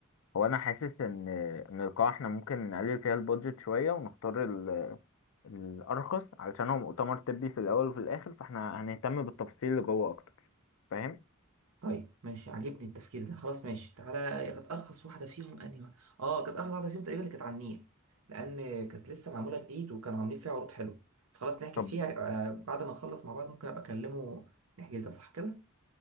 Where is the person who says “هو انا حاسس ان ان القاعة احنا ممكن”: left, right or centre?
Left